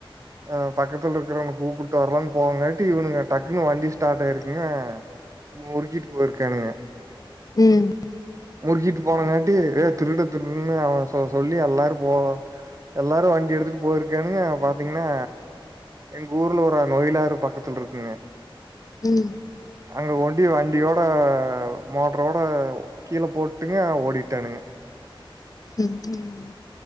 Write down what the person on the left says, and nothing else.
ம்
ம்
ம் ம்